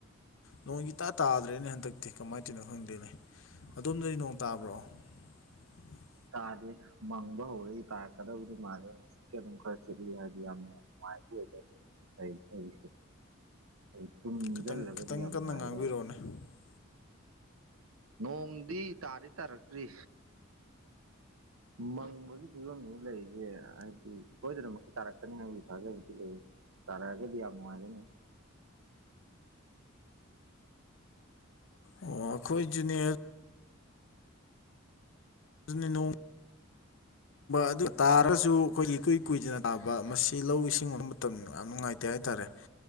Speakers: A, on the left (about 65°); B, on the right (about 85°).
A: ꯅꯣꯡ ꯏꯇꯥ ꯇꯥꯗ꯭ꯔꯦꯅꯦ ꯍꯟꯗꯛꯇꯤ ꯀꯃꯥꯏ ꯇꯧꯏꯅꯣ ꯈꯪꯗꯦꯅꯦ ꯑꯗꯣꯝꯗꯗꯤ ꯅꯣꯡ ꯇꯥꯕ꯭ꯔꯣ <unintelligible>
B: ꯇꯥꯗꯦ ꯃꯪꯕ ꯍꯧꯔꯛꯏ ꯇꯥꯔꯛꯀꯗꯕꯗꯤ ꯃꯥꯜꯂꯦꯅꯦ ꯍꯧꯖꯤꯛꯇꯤ ꯑꯗꯨꯝ ꯈꯔ <inaudible> ꯍꯥꯏꯗꯤ ꯌꯥꯝꯅ ꯅꯨꯡꯉꯥꯏꯕ <inaudible> ꯍꯥꯏꯗꯤ ꯇꯨꯝꯖꯜꯂꯒꯗꯤ
A: ꯈꯤꯇꯪ ꯈꯤꯇꯪ
B: ꯌꯥꯝ
A: ꯀꯟꯅ
B: ꯅꯨꯡꯉꯥꯏꯒꯗꯕ
A: <unintelligible>
B: ꯅꯣꯡꯗꯤ ꯇꯥꯗꯤ ꯇꯥꯔꯛꯇ꯭ꯔꯤ ꯃꯪꯕꯒꯤ ꯐꯤꯕꯝꯅꯤ ꯂꯩꯁꯦ ꯍꯥꯏꯕꯗꯤ ꯁꯣꯏꯗꯅꯃꯛꯀꯤ ꯇꯥꯔꯛꯀꯅꯤ ꯍꯥꯏꯕꯒꯤ ꯊꯥꯖꯕꯗꯤ ꯂꯩ ꯇꯥꯔꯛꯑꯒꯗꯤ ꯌꯥꯝ ꯅꯨꯡꯉꯥꯏꯒꯅꯤ
A: ꯑꯣ ꯑꯩꯈꯣꯏꯖꯨꯅꯦ ꯑꯗꯨꯅꯦ ꯅꯣꯡ ꯑꯗꯨ ꯇꯥꯔꯒꯁꯨ ꯑꯩꯈꯣꯏꯒꯤ ꯏꯀꯨꯏ ꯀꯨꯏꯗꯅ ꯇꯥꯕ ꯃꯁꯤ ꯂꯧ ꯏꯁꯤꯡꯕ ꯃꯇꯝ ꯌꯥꯝ ꯅꯨꯡꯉꯥꯏ ꯇꯦ ꯍꯥꯏꯇꯥꯔꯦ